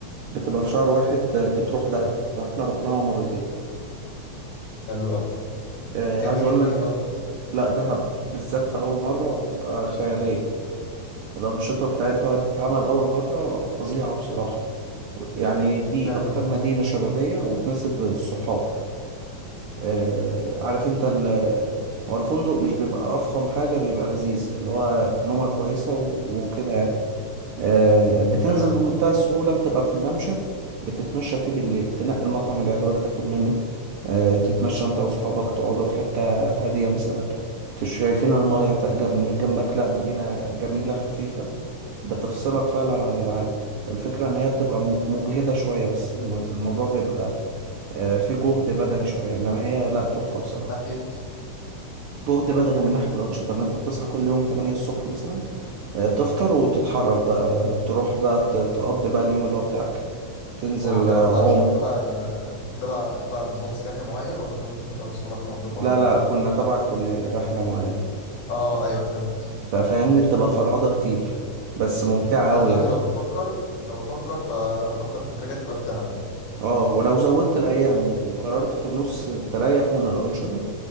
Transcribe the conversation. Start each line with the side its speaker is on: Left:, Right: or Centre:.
Right: بتبقى في شهر واحد آه، بتروح دهب فاحنا رحناها مرتين
Left: حلو قوي
Right: آه،
Left: ايه
Right: عايز
Left: الدنيا
Right: اقول
Left: فيها
Right: لك
Left: بقى
Right: لا دهب بالذات في اول مره بتبقى خياليه الأنشطة بتاعتها وهي بتتعمل أول مرة فظيعة بصراحة يعني دي
Left: حلو
Right: أكتر مدينة شبابية وتناسب الصحاب آه عارف أنت ال- هو الفندق مش بيبقى أفخم حاجة بيبقى لذيذ اللي هو نومة كويسة و- وكده يعني. آه، بتنزل
Left: تمام
Right: بمنتهى السهولة بتبقى في الممشى بتتمشى فيه بالليل تنقي المطعم اللي يعجبك تاكل منه آه، تتمشى انت واصحابك تقعدوا في حتة هادية مثلا تش- شايفين المايه تا- جنب من جنبك لا مدينة جميلة خفيفة بتفصلك فعلا عن العالم الفكرة ان هي بتبقى مج- مجهدة شوية بس الم- الموضوع بيبقى آه، فيه جهد بدني شوية انما هي لا تحفة بصراحة
Left: من ناحيه
Right: جهد بدني من ناحية الأنشطة إن أنت بتصحى كل يوم 8 الصبح مثلا آه، تفطر وتتحرك بقى تروح بقى ت- تقضي بقى اليوم اللي هو بتاعك تنزل
Left: هو الكلام
Right: آه، عوم
Left: ده عشان تبع ال انت تبع تبع نظام سياحي معين ولا كنت انت واصحابك لوحدكم
Right: لا
Left: عامة؟
Right: لا كنا تبع الكلية رحلة معينة
Left: اه ايوه فهمت
Right: ففاهمني بتبقى فرهضة كتير بس ممتعة
Left: يعني
Right: أوي
Left: انا دلوقتي
Right: يعني
Left: لو بفكر لو بفكر فافكر فكرة جاية تبقى في دهب يعني
Right: اه ولو زودت الأيام و- وقررت في النص تريح من الأنشطة